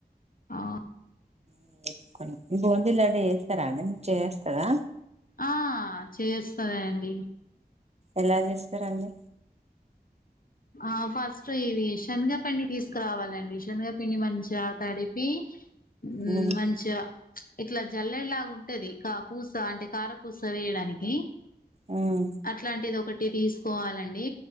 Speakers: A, on the left; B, on the right.
A: అవునా
B: <inaudible> బొంది లడ్డు చేస్తారా అండి మీరు చెయ్యొస్తదా
A: ఆ చెయ్యొస్తదా అండి
B: ఎలా చేస్తారండి
A: ఆ ఫస్ట్ ఇది శనగపిండి తీసుకురావాలండి శనగపిండి మంచిగా తడిపి ఉ
B: మ్మ్
A: మంచిగా ఇట్లా జల్లెం లాగా ఉంటది కా పూస అంటే కారపూస తీయడానికి
B: మ్మ్
A: అట్లాంటిది ఒకటి తీసుకోవాలండి